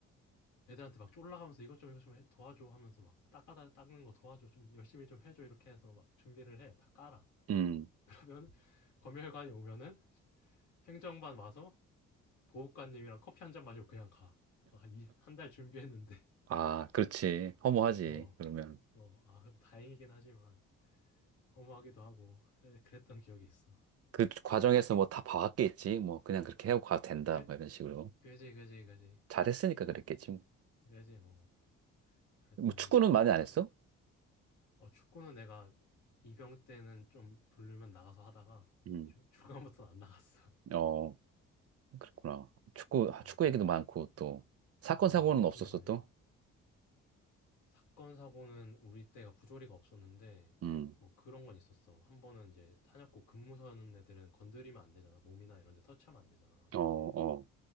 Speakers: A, on the left; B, on the right.
A: 애들한테 막 쫄라가면서 이것 좀 이것 좀 해- 도와줘 하면서 막 닦아다 닦는 거 도와줘 좀 열심히 좀 해줘 이렇게 해서 막 준비를 해. 다 깔아.
B: 음.
A: <laughs> 그러면 검열관이 오면은 행정반 와서 보호관님이랑 커피 한 잔 마시고 그냥 가. 아, 한 달 준비했는데.
B: 아, 그렇지. 허무하지.
A: <laughs> 어,
B: 그러면
A: 어, 아, 다행이긴 하지만 허무하기도 하고 그래, 그랬던 기억이 있어.
B: 그 과정에서 뭐 다 봐왔겠지. 뭐 그냥 그렇게 해고 가도 된다.
A: 그,
B: 뭐 이런 식으로
A: 그지, 그지, 그지,
B: 잘했으니까 그랬겠지. 뭐
A: 그지 뭐 그랬던
B: 뭐 축구는
A: 기억도
B: 많이
A: 있고.
B: 안 했어?
A: 어, 축구는 내가 이병 때는 좀 부르면 나가서 하다가
B: 음.
A: 주, <laughs> 중간부터는 안 나갔어.
B: 어, 그렇구나. 축구 아,
A: 어,
B: 축구
A: 그리고
B: 얘기도 많고 또 사건
A: 아,
B: 사고는
A: 그지 축구도
B: 없었어
A: 많이
B: 또.
A: 하지. 사건 사고는 우리 때가 부조리가 없었는데
B: 음.
A: 뭐 그런 건 있었어. 한 번은 이제 탄약고 근무 서는 애들은 건드리면 안 되잖아. 몸이나 이런 데 터치하면 안 되잖아
B: 어,
A: 사실.
B: 어.